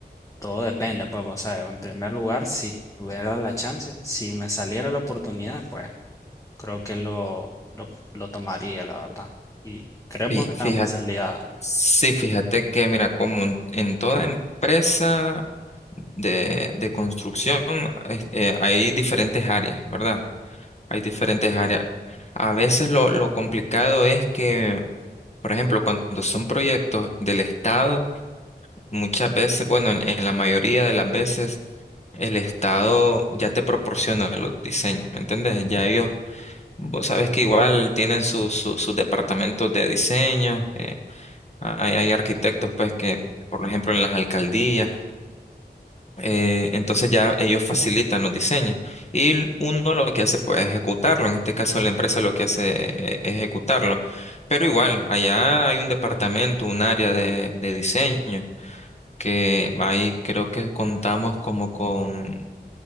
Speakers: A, on the left (about 20°); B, on the left (about 40°).
A: todo depende, pues, vos sabes, en primer lugar, si tuviera la chance, si me saliera la oportunidad, pues creo que lo, lo, lo tomaría, la verdad. Y creemos
B: Fí-
A: que es
B: Fíjate.
A: una posibilidad
B: Sí, fíjate que, mira, como en, en toda empresa de, de construcción, es- eh, hay diferentes áreas, ¿verdad? Hay diferentes áreas. A veces lo, lo complicado es que, por ejemplo, cuando son proyectos del Estado, muchas veces, bueno, en, en la mayoría de las veces, el Estado ya te proporciona los diseños, ¿me entiendes? Ya ellos, vos sabes que igual tienen sus sus- sus departamentos de diseño, eh, Ah, Hay, hay arquitectos, pues, que, por ejemplo, en las alcaldías, eh, entonces ya ellos facilitan los diseños y uno lo que hace, pues, es ejecutarlo. En este caso, la empresa lo que hace eh, es ejecutarlo. Pero igual, allá hay un departamento, un área de, de diseño, que ahí creo que contamos como con